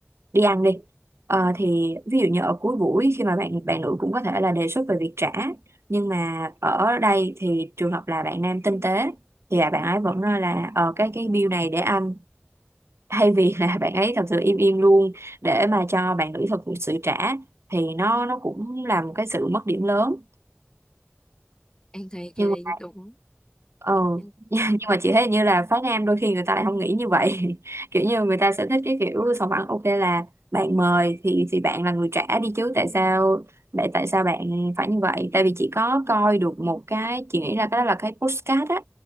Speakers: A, on the right (about 80°); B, on the left (about 20°).
A: đi ăn đi Ờ, thì ví dụ như ở cuối buổi khi mà bạn bạn nữ cũng có thể là đề xuất về việc trả nhưng mà ở đây thì trường hợp là bạn nam tinh tế thì là bạn ấy vẫn nói là ờ, cái cái bill này để anh thay vì là <laughs> bạn ấy thật sự im im luôn để mà cho bạn nữ thật sự trả thì nó nó cũng là một cái sự mất điểm lớn
B: Em thấy cái
A: nhưng
B: đấy
A: mà
B: đúng
A: ờ
B: em
A: <laughs> nhưng mà chị thấy như là phái nam đôi khi người ta lại không nghĩ như vậy <laughs> kiểu như người ta sẽ thích cái kiểu sòng phẳng ok là bạn mời thì thì bạn là người trả đi chứ tại sao tại tại sao bạn phải như vậy tại vì chị có coi được một cái chị nghĩ là cái đó là cái postcard á